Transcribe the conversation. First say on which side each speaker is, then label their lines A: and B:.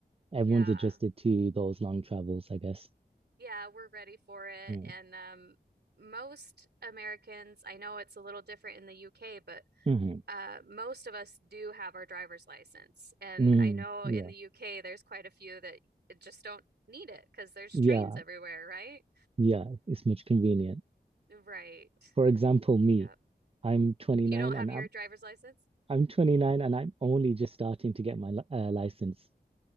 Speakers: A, on the right; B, on the right.
A: Everyone's
B: Yeah.
A: adjusted to those long travels, I guess.
B: Yeah, we're ready for it.
A: Mm.
B: And um most Americans, I know it's a little different in the UK, but
A: Mhm.
B: uh most of us do have our driver's license. And
A: Mm.
B: I know
A: Yeah,
B: in the UK there's quite a few that just don't need it because there's
A: yeah,
B: trains everywhere, right?
A: yeah. It's much convenient.
B: Right.
A: For example, me,
B: Yep.
A: I'm 29
B: You don't
A: and
B: have
A: I'm
B: your driver's license?
A: I'm 29 and I'm only just starting to get my li- uh, license.